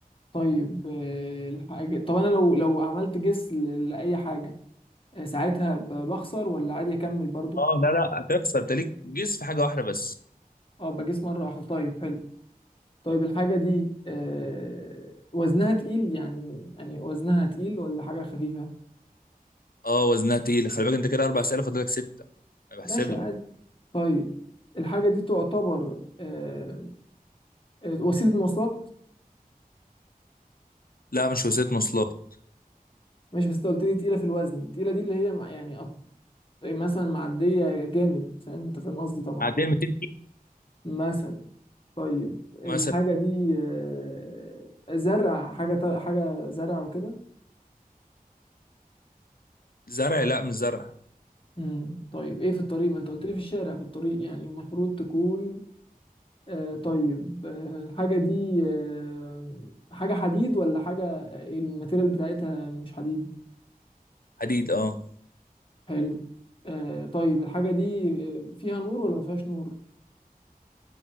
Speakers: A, on the left; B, on the left.
A: طيب آه، الحاجة طب أنا لو لو عملت جس ل- لأي حاجة آه، ساعتها ب- بخسر ولا عادي أكمل برضو؟
B: اه لا لا هتخسر انت ليك جيس في حاجه واحده بس
A: أه بجس مرة واحدة طيب حلو طيب الحاجة دي آه، وزنها تقيل يعني يعني وزنها تقيل ولا حاجة خفيفة؟
B: اه وزنها تقيل خلي بالك انت كده اربع اسئله فاضلك سته أنا بحسب
A: ماشي
B: لك
A: عادي طيب الحاجة دي تعتبر آه، آه، وسيلة مواصلات
B: لا مش وسيله مواصلات
A: ماشي بس أنت قلت لي تقيلة في الوزن التقيلة دي اللي هي مع- يعني طيب مثلا معدية جامد فاهم انت فاهم قصدي طبعا
B: عدين 200 كيلو
A: مثلا طيب الحاجة
B: مثلا
A: دي آه، زرع حاجة تا- حاجة زرع وكده
B: زرع لا مش زرع
A: مم. طيب ايه في الطريق ما انت قلت لي في الشارع في الطريق يعني المفروض تكون آه طيب آه الحاجة دي آه حاجة حديد ولا حاجة آه، الماتيريال بتاعتها مش حديد
B: حديد اه
A: حلو آه طيب الحاجة دي آه، فيها نور ولا ما فيهاش نور